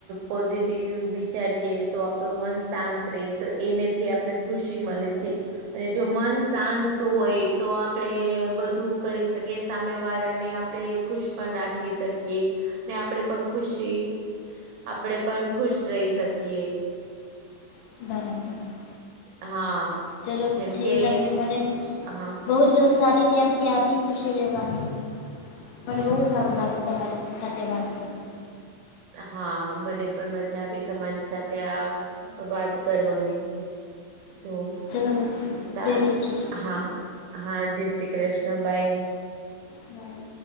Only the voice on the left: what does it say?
બરાબર.
ચાલો પછી
તમને મને
બો જ સારી વ્યાખ્યા આપી ખુશી રહેવાની. મને બો સારું લાગે તમારે સાથે વાત કરવાની.
ચલો પછી
જય શ્રી કૃષ્ણ
બાય.